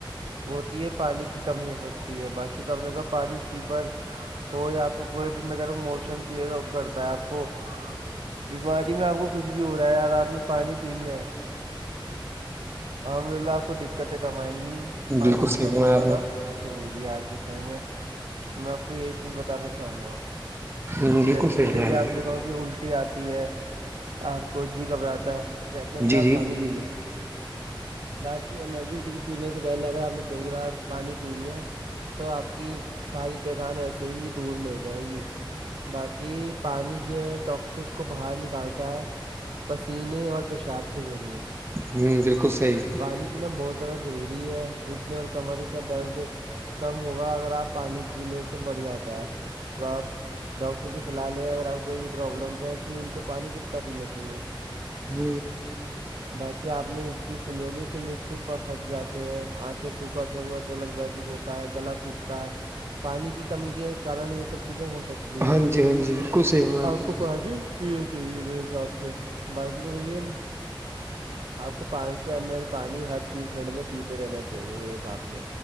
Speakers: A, on the right (about 80°); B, on the right (about 30°).
A: ہوتی ہے پانی کی کمی ہو سکتی ہے باقی تو آ نےگ پانی فیور ہو یا آپ کو کوئی بھی میںیرہ موشن کلیئر کرتا ہے آپ کو بیماری میں آپ کو کچھ بھی ہو رہا ہے یار آپ نے پانی پی لیا ہے الحمد للہ آپ کو دقتیں کم آائیں گی پانی
B: بالکل صحیح فرما رہے ہیں ہاں جی بالکل صحیح
A: پینا بہت
B: فرمایا
A: زیادہ
B: آپ نے
A: ضروری ہے آج کے سمے میں میں آپ کو یہی چیز بتانا چاہوں گا
B: ہ بالکل
A: جیسے
B: صحیح
A: کہ دیکھیے
B: فرمایا
A: آپ نےیک کہاو کہ الٹی ٹی آتی ہے آپ کو جی گھبراتا ہے تو کہتے ہیں
B: جی
A: ایک
B: جی
A: گلاس
B: جی
A: پانی پی لو باقی انرجی ڈرنک پینے سے پہلے اگر آپ نے دو گلاس پانی پی لیا تو آپ کی ساری تھکان ایسے ہی دور نہیں ہو جائے گی باقی پانی جو ہے ٹاکسک کو باہر نکالتا ہے پسینے اور پیشاب کے ذریعے
B: ہوں بالکل صحی
A: پانی پینا بہت زیادہ ضروری ہے گھٹنے اور کمرے کا درد کم ہوگا اگر آپ پانی پینے سے بڑھ جاتا ہے تو آپ ڈاکٹر کی صلاح لیں اگر آپ کوئی بھی پرابلمس ہیں کہ ان کو پانی کتنا پی لیتی ہیں
B: جی
A: باقی آپ نے اسی سنییوگی کے لپس پر پھٹ جاتے ہیں آنکھیں سوکھا سوکھا سے الگ محسوس ہوتے ہے گلا سوکھتا ہے پانی کی کمی کے کارن یہ سب چیزیں ہو سکتی نہیں
B: ہاں
A: ہے
B: جی ہاں جی بالکل صحیح فرمایا
A: آپ
B: نے
A: کو پارٹی چاہیے میرے حساب سے باقی تو چے آپ کو پانچ سو ایم ایل پانی ہر تیس منٹ میں پیتے رہنا چاہیے میرے حساب سے